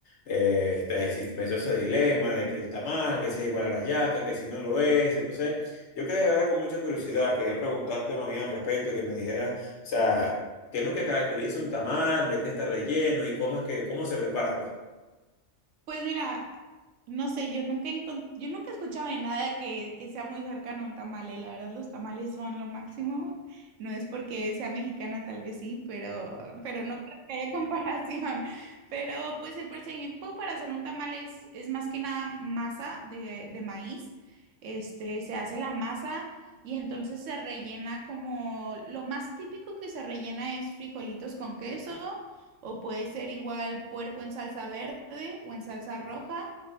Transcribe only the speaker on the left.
eh, está- existe- me hizo ese dilema de que el tamal, que si es igual a la yaca, que si no lo es. Y Entonces yo quedé de verdad con mucha curiosidad, quería preguntarte más bien al respecto y que me dijeras, o sea, ¿qué es lo que caracteriza un tamal, de qué está relleno y cómo es que, cómo se prepara, pues?